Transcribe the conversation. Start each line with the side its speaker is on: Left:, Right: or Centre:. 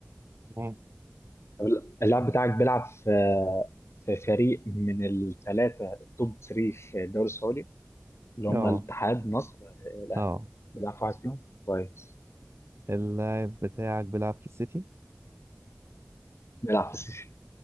Right: مم.
Left: طب اللاعب بتاعك بيلعب في في فريق من الثلاثة التوب 3 في الدوري السعودي اللي
Right: اه
Left: هم الاتحاد نصر آه، الأهلي
Right: اه
Left: بيلعب في واحد فيهم كويس
Right: اللاعب بتاعك بيلعب في السيتي
Left: بيلعب في السيسي